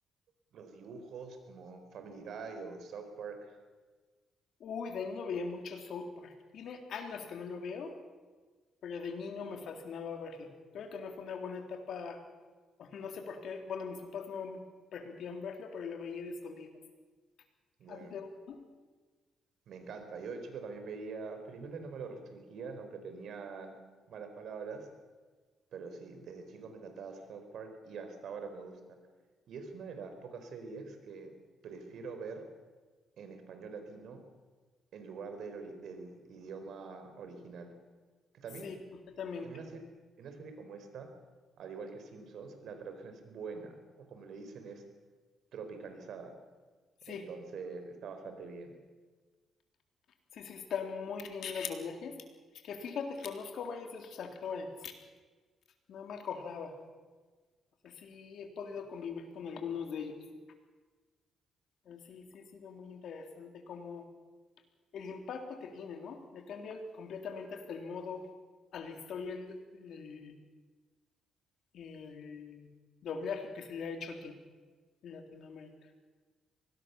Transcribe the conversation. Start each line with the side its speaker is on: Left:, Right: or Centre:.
Right: los dibujos como Family Guy o South Park.
Left: Uy, de niño veía mucho South Park. Tiene años que no lo veo, pero de niño me fascinaba verlo. Creo que no fue una buena etapa, <laughs> no sé por qué. Bueno, mis papás no me permitían verlo, pero lo veía de escondidas.
Right: Ya,
Left: ¿A ti te gusta?
Right: Me encanta. Yo de chico también veía, felizmente no me lo restringían, aunque tenían malas palabras, Pero sí, desde chico me encantaba South Park y hasta ahora me gusta. Y es una de las pocas series que prefiero ver en español latino en lugar del, ori- del idioma original. Que también
Left: Sí, completamente.
Right: en una, se- en una serie como esta, al igual que Simpsons, la traducción es buena, o como le dicen, es tropicalizada. Entonces
Left: Sí,
Right: está bastante bien.
Left: sí, sí, está muy bien los doblajes. Que fíjate, conozco a varios de sus actores. No me acordaba. O sea, sí he podido convivir con algunos de ellos. Pero sí, sí ha sido muy interesante como el impacto que tiene, ¿no? Le cambia completamente hasta el modo a la historia el, el- el doblaje que se le ha hecho aquí en Latinoamérica.